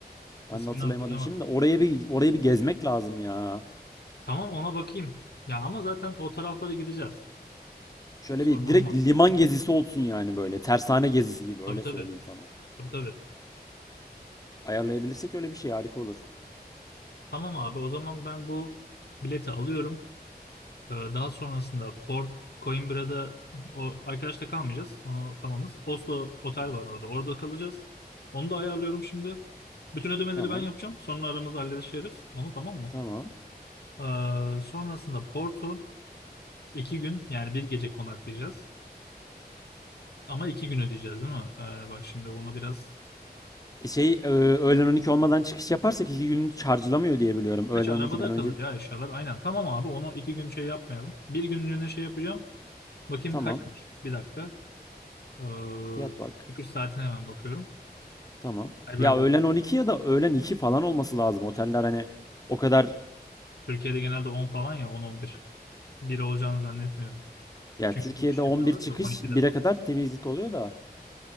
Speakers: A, on the left (about 75°); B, on the left (about 20°).
A: İsmini
B: Ben de hatırlayamadım
A: hatırlayamadım.
B: şimdi de oraya bir oraya bir gezmek lazım ya.
A: Tamam ona bakayım. Ya ama zaten o taraflara gideceğiz.
B: Şöyle
A: Sorun
B: bir
A: olmaz.
B: direkt liman gezisi olsun yani böyle. Tersane gezisi gibi öyle
A: Tabii tabii.
B: söyleyeyim sana.
A: Tabii tabii.
B: Ayarlayabilirsek öyle bir şey harika olur.
A: Tamam abi o zaman ben bu bileti alıyorum. Ee, daha sonrasında Port Coimbra'da o arkadaşta kalmayacağız. Onu tamamız. Oslo otel
B: Tamam.
A: var orada. Orada kalacağız. Onu da ayarlıyorum şimdi. Bütün ödemeleri
B: Tamam.
A: ben yapacağım. Sonra aramızda hallederiz. Onu tamam mı?
B: Tamam.
A: Ee, sonrasında Porto İki gün yani bir gece konaklayacağız. Ama iki gün ödeyeceğiz değil mi? Ee, bak şimdi onu biraz...
B: E Şey e, öğlen 12 olmadan çıkış yaparsak iki gün charge'lamıyor diye biliyorum. Öğlen
A: Gerçi arabada
B: 12'den önce
A: kalır ya eşyalar. Aynen tamam abi onu iki gün şey yapmayalım. Bir günlüğüne şey yapacağım. Bakayım
B: tamam.
A: kaçmış. Bir dakika. Ee,
B: Fiyat bak.
A: çıkış saatine hemen bakıyorum.
B: Tamam.
A: Hani
B: Ya
A: böyle 11.
B: öğlen 12 ya da öğlen 2 falan olması lazım. Oteller hani o kadar
A: Türkiye'de genelde 10 falan ya 10-11. Bir bir olacağını zannetmiyorum.
B: ya
A: Çünkü
B: Türkiye'de
A: giriş
B: 11
A: yapıyorlar
B: çıkış
A: da 12'de
B: bire
A: falan.
B: kadar temizlik oluyor da